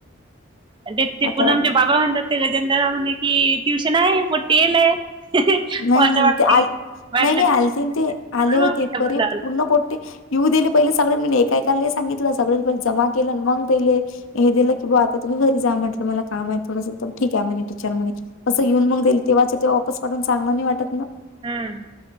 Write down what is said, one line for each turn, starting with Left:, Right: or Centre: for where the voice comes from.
Right: आणि ते त्रिकोण
Left: आता
Right: आमचे. बाबा म्हणत होते गजेंद्रव म्हण कि ट्युशन आहे पटेल आहे.
Left: नाही
Right: मग असं
Left: नाही
Right: वाटलं
Left: ते आ
Right: की वाटलं
Left: नाही नाही आलते ते,
Right: म्हणून
Left: आले होते
Right: मग मी
Left: एक
Right: डबल
Left: वरी
Right: लावला
Left: पूर्ण पट ते येऊ दिले पहिले सगळ्यां म एकाकाला सांगितलं सगळ्यां पहि जमा केलं मग पहिले. हे दिलं की बा आता तुम्ही घरी जा म्हटलं मला काम आहे, थोडंस तर ठीक आहे म्हणे तू चल म्हणे. असं येऊन मग देईल, तेव्हाच तेव्हा वापस पाठून चांगला नाही वाटत ना.
Right: हम्म